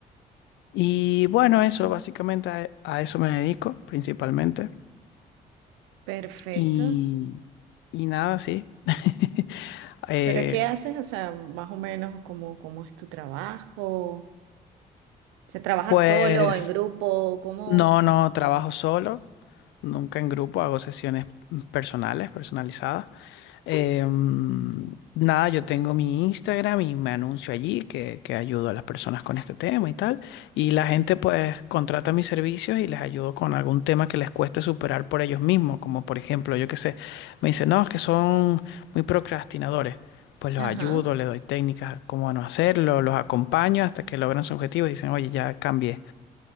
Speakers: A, on the left (about 75°); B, on the right (about 85°).
A: Y bueno, eso, básicamente a, a eso me dedico principalmente.
B: Perfecto.
A: Y, y nada, sí. <laughs> Eh,
B: ¿Pero qué haces? O sea, más o menos, ¿cómo, cómo es tu trabajo? ¿Se trabaja
A: pues
B: solo, en grupo? ¿Cómo?
A: no, no trabajo solo, nunca en grupo, hago sesiones personales, personalizadas. Eh, mm, nada, yo tengo mi Instagram y me anuncio allí que, que ayudo a las personas con este tema y tal. Y la gente pues contrata mis servicios y les ayudo con algún tema que les cueste superar por ellos mismos. Como por ejemplo, yo qué sé, me dicen, no, es que son muy procrastinadores. Pues los ayudo,
B: Ajá.
A: les doy técnicas cómo no hacerlo, los acompaño hasta que logran su objetivo y dicen, oye, ya cambié.